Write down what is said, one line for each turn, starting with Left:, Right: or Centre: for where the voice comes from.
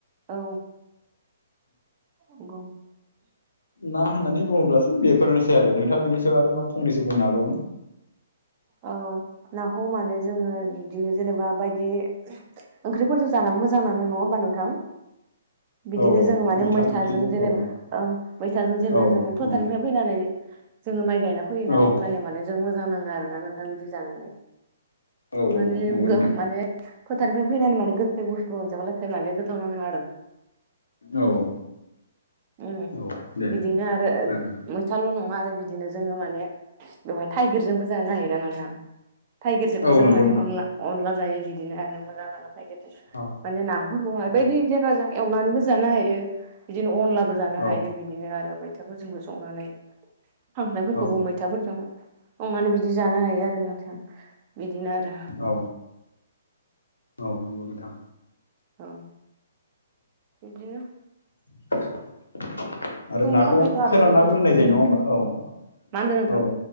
Right: औ। नंगौ
Left: ना होननानै बुङोब्लासो बेफोरनोसै आरो नोंथाङा बेनिसो आरो मा फंनैसो बुंनो हाबावगोन।
Right: औ नाखौ मानो जोङो बिदि जेनेबा बायदि ओंख्रिफोरजों जाना मोजां नाङो। नङा होमबा नोंथां? बिदिनो
Left: औ औ
Right: जोङो माने
Left: मैथा
Right: मैथाजों
Left: ओंख्रिजों
Right: जेनेबा
Left: औ
Right: ओं मैथाजों जेब्ला
Left: औ
Right: जोङो फोथारनिफ्राय
Left: औ
Right: फैनानै जोङो माइ गायना फैयोना
Left: औ
Right: अब्लाना माने जों मोजां नाङो आरोना नोंथां बिदि जानानै।
Left: औ
Right: माने
Left: औ नंगौ
Right: गो
Left: नोंथां
Right: माने फोथारनिफ्राय फैनानै माने गो गोखै बुस्तु मोनाजाब्ला माने गोथाव नाङो आरो
Left: औ औ
Right: उ
Left: औ दे
Right: बिदिनो आरो
Left: औ खोनादों
Right: मैथाल' नङा ओफ्राय बिदिनो जोङो माने बेवहाय थाइगिरजोंबो जानो हायोना नोंथां। थाइगिरजोंबो
Left: औ
Right: जों
Left: नंगौ
Right: माने
Left: नोंथां
Right: अनला - अनला जायो। बिदिनो आरो मोजां नाङो थाइगिर
Left: औ
Right: माने नाफोरखौहाय
Left: औ
Right: बायदि जेनेबा जों एवनानैबो जानो हायो। बिदिनो अनला बो जानो
Left: औ
Right: हायो बिदिनो आरो मैथाफोरजोंबो संनानै खांख्रायफोरखौबो
Left: औ
Right: मैथाफोरजों संनानै बिदि जानो हायो आरो नोंथां बिदिनो आरो
Left: औ औ नंगौ नोंथां
Right: औ। बिदिनो
Left: <unintelligible> आरो
Right: संनो
Left: नाखौ
Right: थाखायथ' आरो
Left: फोराननाबो
Right: जोंनो गोबां
Left: दोननाय जायो
Right: जेन
Left: नङा होमबा औ-औ
Right: मा होनदों नोंथां